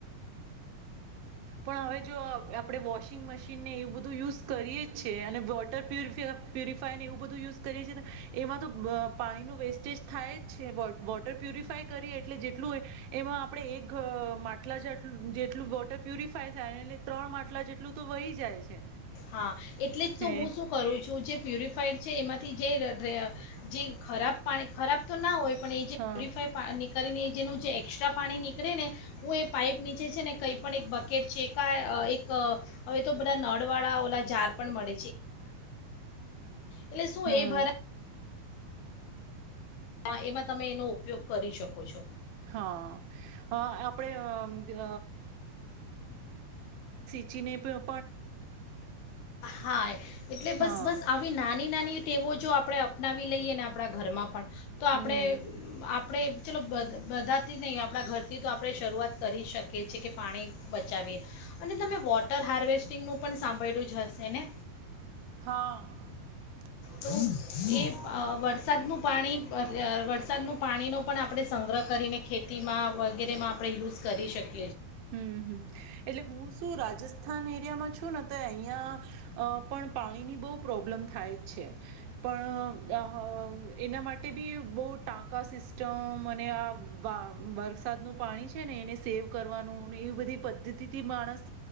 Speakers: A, on the right; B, on the left.
A: પણ હવે જો અહ આપડે વોશિંગ મશીનને એવું બધું યુઝ કરીએે જ છે. અને વોટર પ્યુરફ પ્યુરિફાયરને એવું બધું યુઝ કરીએ છએ એમાં તો પાણીનું વેસ્ટેજ થાય જ છે. વો-વોટર પ્યુરિફાય કરીએ એટલે જેટલું એમાં આપણે એક અહ માટલા જાટલું જેટલું વોટર પ્યુરિફાય થાય એટલે ત્રણ માટલા જેટલું તો વહી જાય છે.
B: હા એટલે જ તો
A: હે
B: હું શું કરું છું જે પ્યુરિફાઈડ છે એમાંથી જે રે જે ખરાબ પાણી ખરાબ તો ના હોય પણ એ જે
A: હા
B: પ્યુરિફાય પા નિકલ ને જેનું જે એક્સ્ટ્રા પાણી નીકળે ને હું એ પાઈપ નીચે છે ને કંઈ પણ એક બકેટ છે કા આહ એક હવે તો બધા નળ વાળા ઓલા ઝાર પણ એટલે શું
A: હા
B: એ ભરા હા, એમાં તમે એનો ઉપયોગ કરી શકો છો.
A: હા આપણે ચીને પિયો
B: હા, એટલે બસ
A: હા
B: બસ આવી નાની નાની ટેવો જો આપડે અપનાવી લઈએ ને આપડા ઘરમાં પણ તો આપડે
A: હમ
B: અહ આપ આપડે ચલો બ-બધાથી નહીં આપડા ઘરથી તો આપડે શરૂઆત કરી શકીએ છીએ, કે પાણી બચાવીએ. અને તમે વોટર હાર્વેસ્ટ ટિંગનું પણ સાંભળ્યું જ હશે ને.
A: હા.
B: તો એ અહ વરસાદનું પાણી વરસાદનું પાણીનો પણ આપણે સંગ્રહ કરીને ખેતીમાં વગેરેમાં આપણે યુઝ કરી શક
A: હમ્મ-હમ્મ. એટલે હું શું રાજસ્થાની એરિયામાં છું ને તો અહીયાં અહ પણ પાણીની બહુ પ્રોબ્લેમ થાય છે. પણ અહ એના માટે ભી બહુ ટાંકા સિસ્ટમ અને આ વા વરસાદ નું પાણી છે ને એને સેવ કર વાનું ને એવી બધી પદ્ધતિથી માણસ